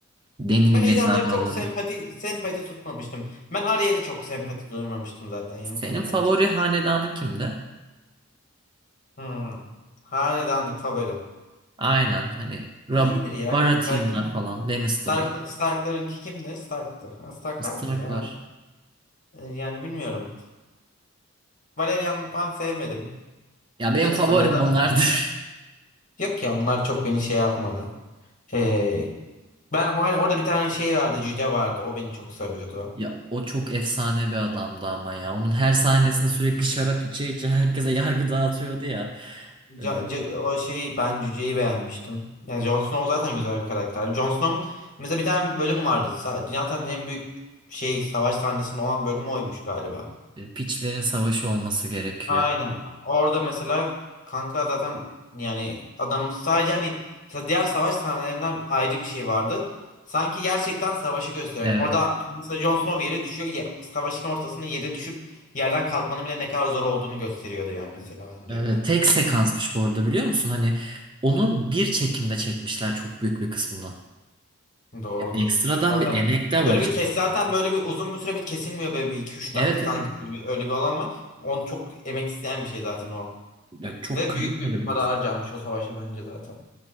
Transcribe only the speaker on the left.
Ben ejderhalara
çok sempati sempati tutmamıştım. Ben Arya'ya da çok sempati duymamıştım zaten ya
kanka
açıkçası.
Hmm. Hanedanlık favorim.
Kuzey'dir ya
kanka. Kim?
Stark, Stark'larınki kimdi? Stark'tı. Ha, Stark'lardı
ya ben. e, Yani bilmiyorum. Valerian falan sevmedim.
Lannister'ları
zaten.
Yok ya onlar çok beni şey yapmadı. Ee, ben hani orada bir tane şey vardı. Cüce vardı. O beni çok sarıyordu.
Ca- ca- o şey ben Cüce'yi beğenmiştim. Yani Jon Snow zaten güzel bir karakter. Jon Snow'un mesela bir tane bölüm vardı. Sa- Dünyanın en büyük şey savaş sahnesinde olan bölüm oymuş galiba.
Aynen. Orada mesela kanka zaten yani adam sadece hani mesela diğer savaş sahnelerinden ayrı bir şey vardı. Sanki gerçekten savaşı gösteren.
Orada mesela Jon Snow yere düşüyor. ya- savaşın ortasında yere düşüp yerden kalkmanın bile ne kadar zor olduğunu gösteriyordu yani mesela bence.
Doğrudur.
Zaten
böyle
bir kes
zaten böyle bir uzun bir süre bir kesilmiyor böyle bir iki üç
dakika sanki
böyle bir, öyle bir alan var. Onu çok emek isteyen bir şey zaten o.
Ve
büyük bir
para
harcanmış o savaşa bence zaten.